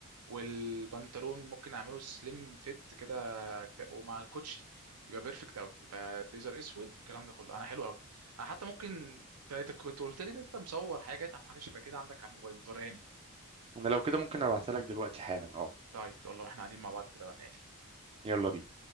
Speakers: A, on the right; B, on the right.
A: والبنطلون ممكن اعمله سليم فيت كده ك- ومع الكوتشي يبقى بيرفكت قوي يبقى بيزر اسود والكلام ده كله انا حلو قوي انا حتى ممكن ت- ت- كنت قلت لي ان انت مصور حاجه او حاجه شبه كده عندك على الموبايل ما توريهاني
B: انا لو كده ممكن ابعتها لك دلوقتي حالا اه
A: طيب يلا واحنا قاعدين مع بعض كده بقى تاني
B: يلا بينا